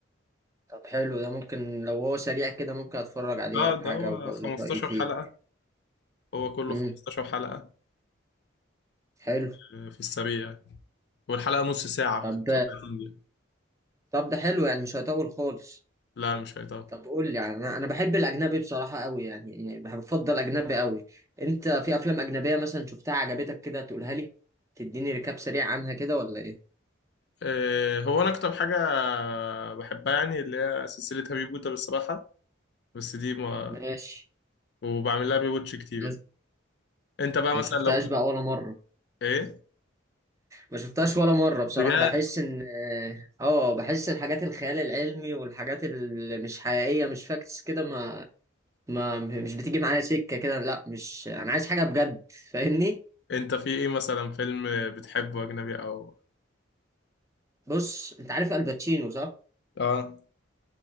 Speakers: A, on the right; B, on the left.
A: طب حلو ده ممكن لو هو سريع كده ممكن اتفرج عليه
B: اه
A: او حاجه
B: ده هو
A: وبقول
B: 15
A: لك رايي فيه
B: حلقه هو كله
A: امم
B: 15 حلقه
A: حلو
B: آه، في السريع يعني. والحلقة نص ساعة
A: طب
B: 35 دقيقة
A: طب ده حلو يعني مش هيطول خالص
B: لا مش هي طبعا
A: طب قول لي يعني انا أنا بحب الاجنبي بصراحه قوي يعني يعني بفضل اجنبي قوي انت في افلام اجنبيه مثلا شفتها عجبتك كده تقولها لي تديني ريكاب سريع عنها كده ولا ايه
B: آه، هو أنا أكتر حاجة بحبها يعني اللي هي سلسلة هابي بوتا بالصراحة بس دي ما
A: ماشي
B: وبعمل لها ريواتش كتير
A: انا
B: يعني أنت بقى
A: أنا
B: مثلا
A: ما شفتهاش
B: لو في
A: بقى ولا مره
B: إيه
A: ما شفتهاش ولا مره بصراحه
B: بجد
A: بحس ان اه بحس الحاجات الخيال العلمي والحاجات اللي مش حقيقيه مش فاكتس كده ما ما مش بتيجي معايا سكه كده لا مش انا عايز حاجه بجد فاهمني
B: أنت في إيه مثلا فيلم بتحبه أجنبي أو
A: بص انت عارف الباتشينو صح
B: اه